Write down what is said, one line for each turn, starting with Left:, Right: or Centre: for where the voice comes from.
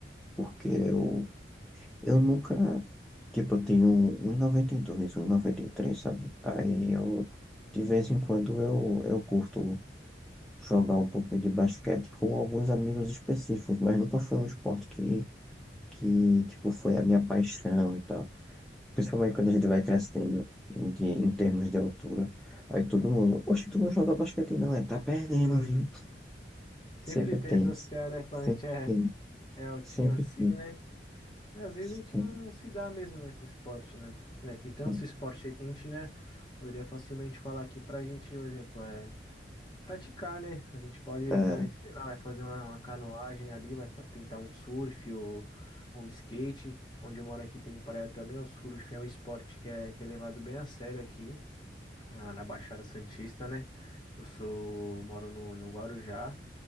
Centre: porque eu, eu nunca. Tipo, eu tenho 1,92, 1,93, sabe? Aí eu, de vez em quando, eu, eu curto jogar um pouquinho de basquete com alguns amigos específicos, mas nunca foi um esporte que que, tipo, foi a minha paixão e tal. Principalmente quando a gente vai crescendo de, em termos de altura. Aí todo mundo, poxa, tu não joga basquete não, é, tá perdendo,
Left: <laughs>
Centre: viu? Sempre
Left: Sempre tem
Centre: tem,
Left: essas piadas, né,
Centre: sempre
Left: quando a gente é,
Centre: tem,
Left: é altinho
Centre: sempre
Left: assim,
Centre: tem.
Left: né? Mas às vezes
Centre: sempre
Left: a gente não, não se dá mesmo, né, com o esporte, né? Né, Tem tanto
Centre: tem.
Left: esse esporte aí que a gente, né, poderia facilmente falar aqui pra gente, por exemplo, é praticar, né? A gente pode,
Centre: É,
Left: vai, sei lá, vai fazer uma, uma canoagem ali, vai fa- tentar um surf ou um skate. Onde eu moro aqui tem praia também, o surf é um esporte que é, que é levado bem a sério aqui na, na Baixada Santista, né? Eu sou, moro no, no Guarujá.